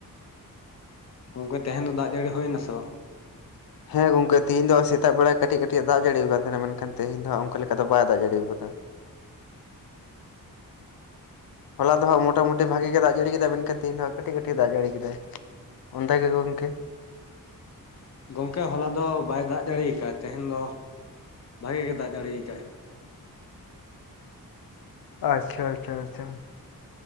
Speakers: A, on the left; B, on the left.
A: ᱜᱚᱝᱠᱮ ᱛᱮᱦᱮᱱ ᱫᱚ ᱫᱟᱜ ᱡᱟᱹᱲᱤ ᱦᱩᱭ ᱱᱟᱥᱮ ᱵᱟᱝ?
B: ᱦᱮᱸ ᱜᱚᱝᱠᱮ ᱛᱮᱦᱤᱧ ᱫᱚ ᱥᱮᱛᱟᱜ ᱵᱮᱲᱟ ᱠᱟᱹᱴᱤᱡ ᱠᱟᱹᱴᱤᱡ ᱮ ᱫᱟᱜ ᱡᱟᱹᱲᱤᱭᱟ ᱠᱟᱫ ᱛᱟᱦᱮᱱᱟ ᱢᱮᱱᱠᱷᱟᱱ ᱛᱮᱦᱤᱧ ᱫᱚ ᱚᱱᱠᱟ ᱞᱮᱠᱟ ᱫᱚ ᱵᱟᱭ ᱫᱟᱜ ᱡᱟᱹᱲᱤᱣ ᱠᱟᱫᱟ᱾ ᱦᱚᱞᱟ ᱫᱚ ᱦᱸᱟᱜ ᱢᱚᱴᱟᱢᱩᱴᱤ ᱵᱷᱟᱜᱤ ᱜᱮ ᱫᱟᱜ ᱡᱟᱹᱲᱤ ᱠᱮᱫᱟ ᱢᱮᱱᱠᱷᱟᱱ ᱛᱮᱦᱤᱧ ᱫᱚ ᱠᱟᱹᱴᱤᱡ ᱠᱟᱹᱴᱤᱡ ᱫᱟᱜ ᱡᱟᱹᱲᱤ ᱠᱮᱫᱟᱭ ᱾ ᱚᱱᱛᱮ ᱜᱮ ᱜᱚᱝᱠᱮ᱾
A: ᱜᱚᱝᱠᱮ ᱦᱚᱞᱟ ᱫᱚ ᱵᱟᱭ ᱫᱟᱜ ᱡᱟᱹᱲᱤ ᱟᱠᱟᱫᱼᱟᱭ ᱛᱮᱦᱮᱧ ᱫᱚ ᱵᱷᱟᱜᱮ ᱜᱮ ᱫᱟᱜ ᱡᱟᱹᱲᱤ ᱠᱟᱜᱟᱭ
B: ᱟᱪᱪᱷᱟᱼᱟᱪᱪᱷᱟ ᱼᱟᱪᱪᱷᱟ ᱾